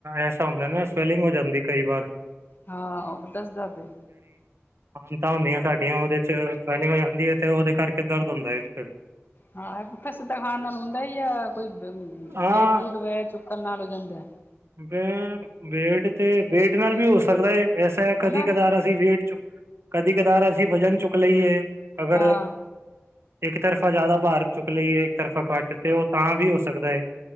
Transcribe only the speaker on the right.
ਐਸਾ ਹੁੰਦਾ ਨਾ ਸਵੈਲਿੰਗ ਹੋ ਜਾਂਦੀ, ਕਈ ਵਾਰ।
ਮਤਾਂ ਹੁੰਦੀਆਂ ਸਾਡੀਆਂ ਉਹਦੇ'ਚ ਟੈਨਿੰਗ ਹੋ ਜਾਂਦੀ ਹੈ, ਤੇ ਉਹਦੇ ਕਰ ਹੁੰਦਾ ਏ, ਫਿਰ
ਹਾਂ
ਹੰ, ਵੇਟ ਤੇ ਵੇਟ ਨਾਲ ਵੀ ਹੋ ਸਕਦਾ ਹੈ, ਵੈਸਾ ਕਦੀ-ਕਦਾਰ
ਅਸੀਂ ਵੇਟ, ਚੁ ਕਦੀ-ਕਦਾਰ ਅਸੀਂ ਵਜਨ ਚੁੱਕ ਲਈਏ, ਅਗਰ
ਇਕ ਤਰਫਾ ਜ਼ਿਆਦਾ ਭਾਰ ਚੁੱਕ ਲਈਏ, ਇਕ ਤਰਫਾ ਘੱਟ ਤੇ ਉਹ ਤਾਂ ਵੀ ਹੋ ਸਕਦਾ ਹੈ।